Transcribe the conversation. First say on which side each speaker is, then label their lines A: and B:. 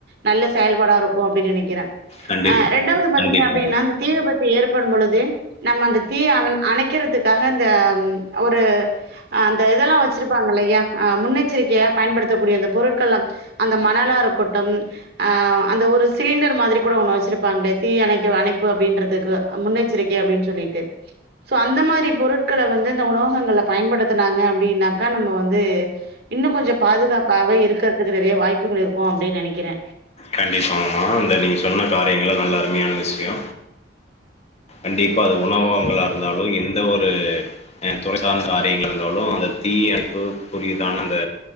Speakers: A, on the right (about 60°); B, on the left (about 35°).
A: நல்ல செயல்பாடா இருக்கு அப்டி நினக்கிறே
B: கண்டிப்பா
A: அ ரெண்டாவது பாத்தீங்க
B: கண்டிப்பா
A: அப்டின்னா அந்த தீ விபத்து ஏற் வரும்பொழுது நம்ம அந்த தீ அணக்கிறதுக்காக அந்த ஒரு அந்த இதெல்லா வச்சு ச்சிருப்பாங்கல்லயா அ முன்னெச்சரிக்கையா பயன்படுத்தக்கூடிய அந்த பொருட்கள்லா அந்த மணலாருக்கட்டும் அ அந்த ஒரு சிலிண்டர் மாதிரி கூட ஒன்னு வச்சுருப்பாங்ளே தீயணைக்க அணைப்பு அப்டின்றதுக்கு அ முன்னெச்சரிக்கை அப்டின் சொல்லிட்டு சோ அந்த மாரி பொருட்கள வந்து இந்த உணவகங்கள்ல பயன்படுத்துனாங்க அப்டின்னா க நம்ம வந்து இன்னு கொஞ்ச பாதுகாப்பாக இருக்கற்துக்கு நெறைய வாய்ப்புகள் இருக்கு அப்டின் நெனக்கிறே
B: கண்டிப்பாங்கமா இந்த நீங்க சொன்ன காரியங்களா நல்ல அருமையான விஷ்யொ கண்டிப்பா அது உணவகங்களா இருந்தாலு எந்த ஒரு அ துறை சார்ந் காரியங்கள் இருந்தாலு அந்த தீயணைப்புக்குரியதான அந்த